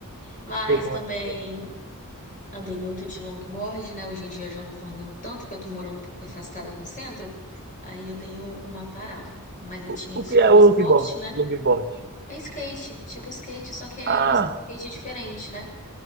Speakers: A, on the left; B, on the right.
A: Mas
B: Sei como
A: também
B: é que é.
A: Andei muito de longboard, né? Hoje em dia já não tô andando tanto, que eu tô morando um pouco afastada do centro. Aí eu dei um- uma parada. Mas eu
B: O,
A: tinha isso
B: o que
A: como
B: é o
A: esporte,
B: longboard?
A: né?
B: Longboard.
A: É skate, tipo skate, só que é
B: Ah,
A: um skate diferente, né?